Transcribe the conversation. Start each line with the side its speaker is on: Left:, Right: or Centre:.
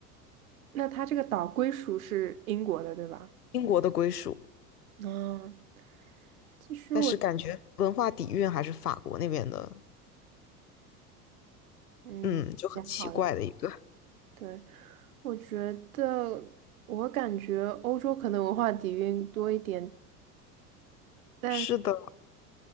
Right: 那它这个岛归属是英国的，对吧？
Left: 英国的归属，
Right: 嗯，其实我
Left: 但是感觉文化底蕴还是法国那边的，
Right: 嗯也好一，
Left: 嗯，就很奇怪的一个。
Right: 对，我觉得我感觉欧洲可能文化底蕴多一点，但
Left: 是的，